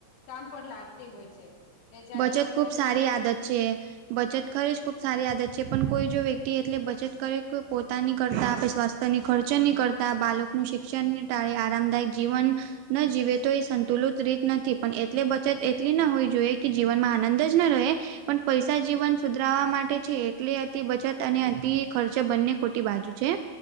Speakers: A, on the left; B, on the right.
A: કામ પણ લાગતી હોય છે, કે જયારે
B: બચત
A: ઇમરજન્સી
B: ખૂબ સારી
A: હોય.
B: આદત છે. બચત કરે છે ખુબ સારી આદત છે પણ કોઈ જો વ્યક્તિ એટલે બચત કરે પોતાની કરતા આપશ્વાસ તેનો ખર્ચ નીકળતા બાળકનું શિક્ષણ તારે આરામદાયક જીવન. ના જીવે તો એ સંતુલિત રીત નથી પણ એટલે બચત એટલી ના હોવી જોઈએ. કે જીવનમાં આનંદ જ ન રહે. પણ પૈસા જીવન સુધરાવા માટે છે એટલે અતિ બચત અને અતિ ખર્ચ બંને ખોટી બાજુ છે.